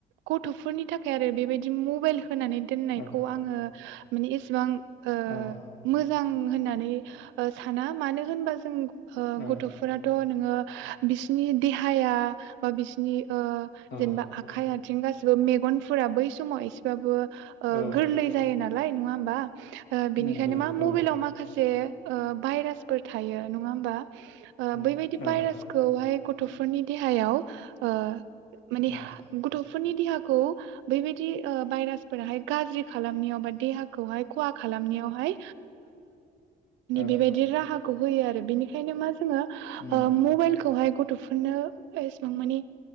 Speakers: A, on the right; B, on the left.
A: गथ'फोरनि थाखाय आरो बेबायदि मबाइल होनानै दोननायखौ
B: औ
A: आङो माने इसेबां ओ
B: औ
A: मोजां होननानै साना मानो होनबा जों अ
B: औ
A: गथ'फोराथ' ओ बिसिनि देहाया बा बिसिनि ओ
B: औ
A: जेनेबा आखाइ आथिं गाैबो मेगनफोरा बै समाव एसेबाबो ओ
B: औ
A: गोरलै जायो। नालाय नङा होमबा बिनिखायनो
B: नंगौ
A: मा मबाइलाव
B: औ
A: माखासे जे भाइरासफोर थायो नङा होमबा ओ
B: उम
A: बेबायदि
B: औ
A: भाइरासखौहाय गथ'फोरनि देहायाव ओ माने
B: उम
A: गथ' बे फोरनि देहाखौ बेबायदि ओ भाइरास फोराहाय गाज्रि खालामनायाव बा देहाखौहाय खहा खालामनायावहाय
B: औ
A: बेबायदि राहाखौ होयो आरो। द बेनिखायनो मा
B: नंगौ
A: ओ मबाइलखौहाय ग गथ'फोरनो एसेबां मानि